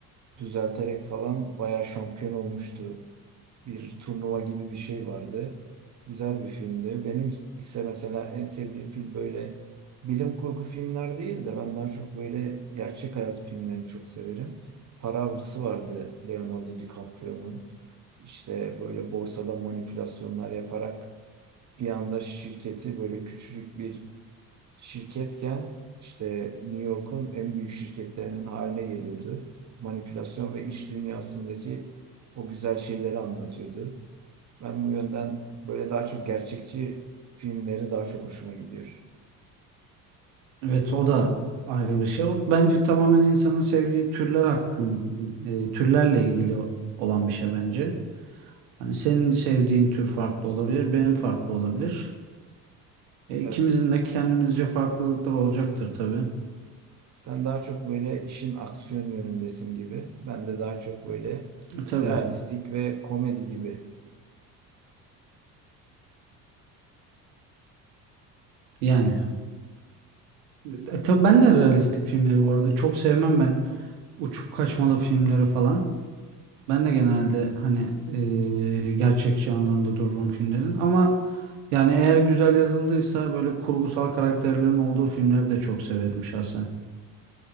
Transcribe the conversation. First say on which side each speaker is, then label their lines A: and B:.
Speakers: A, on the right; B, on the right.
A: düzelterek falan bayağı şampiyon olmuştu. Bir turnuva gibi bir şey vardı. Güzel bir filmdi. Benim ise mesela en sevdiğim film böyle bilim kurgu filmler değil de ben daha çok böyle gerçek hayat filmlerini çok severim. Para Avcısı vardı Leonardo DiCaprio'nun. İşte böyle borsada manipülasyonlar yaparak bir anda şirketi böyle küçücük bir şirketken işte New York'un en büyük şirketlerinin haline geliyordu. Manipülasyon ve iş dünyasındaki o güzel şeyleri anlatıyordu. Ben bu yönden böyle daha çok gerçekçi filmleri daha çok hoşuma gidiyor.
B: Evet o da ayrı bir şey. O bence tamamen insanın sevdiği türler hakkın e, türlerle ilgili o- olan bir şey bence. Hani senin sevdiğin tür farklı olabilir, benim farklı olabilir. E, ikimizin
A: Evet.
B: de kendimizce farklılıklar olacaktır tabii.
A: Sen daha çok böyle işin aksiyon yönündesin gibi. Ben de daha çok böyle
B: E, tabii
A: realistik ve komedi gibi.
B: yani. E, tabii ben de realistik filmleri bu arada çok sevmem ben uçup kaçmalı filmleri falan. Ben de genelde hani e, gerçekçi yanlarında dururum filmlerin ama yani eğer güzel yazıldıysa böyle kurgusal karakterlerin olduğu filmleri de çok severim şahsen.